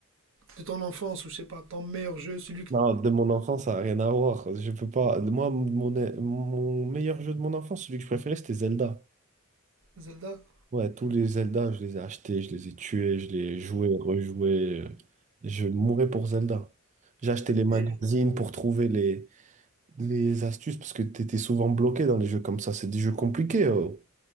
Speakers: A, on the right; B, on the right.
A: de ton enfance ou je sais pas, ton meilleur jeu, celui
B: non, de mon enfance, ça n'a rien à voir. Je peux pas. Moi, mon, mon meilleur jeu de mon enfance, celui que je préférais, c'était Zelda.
A: Zelda.
B: Ouais, tous les Zelda, je les ai achetés, je les ai tués, je les ai joués, rejoués. euh, Je mourais pour Zelda. J'ai acheté les magazines
A: Et
B: pour trouver les, les astuces parce que t'étais souvent bloqué dans les jeux comme ça. C'est des jeux compliqués. oh.